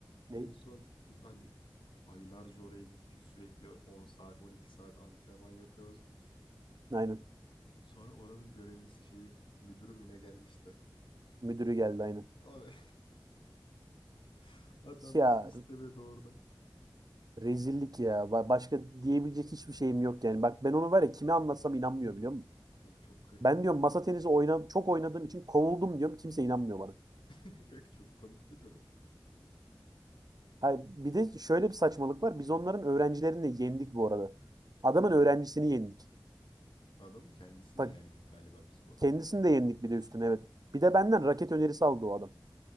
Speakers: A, on the right (about 50°); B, on the left (about 75°).
A: Ne?
B: En son biz hani aylarca oraya gittik sürekli 10 saat 12 saat antrenman yapıyoruz.
A: Aynen.
B: Sonra oranın görevlisi şeyi müdürü mü ne gelmişti?
A: Müdürü geldi aynen.
B: Abi <laughs> adam
A: Ya
B: bizi istemedi orada.
A: rezillik ya. Ba- Başka diyebilecek hiçbir şeyim yok yani. Bak ben onu var ya kime anlatsam inanmıyor biliyor musun?
B: Abi çok garipti
A: Ben diyorum
B: ya.
A: masa tenisi oyna çok oynadığım için kovuldum diyorum. Kimse inanmıyor bana.
B: <laughs> Kanka Çok komik bir durum.
A: Ha, bir de şöyle bir saçmalık var. Biz onların öğrencilerini de yendik bu arada. Adamın öğrencisini yendik.
B: Adamın kendisini
A: Ta-
B: de yendik galiba biz bu arada.
A: kendisini de yendik bir de üstüne evet. Bir de benden raket önerisi aldı o adam.